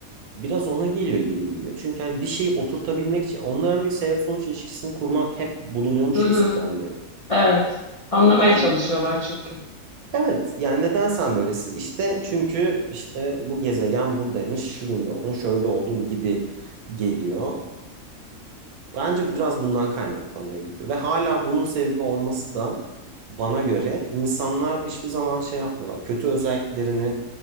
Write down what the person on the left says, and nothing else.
Hı
hı.
Evet. Anlamaya
çalışıyorlar çünkü.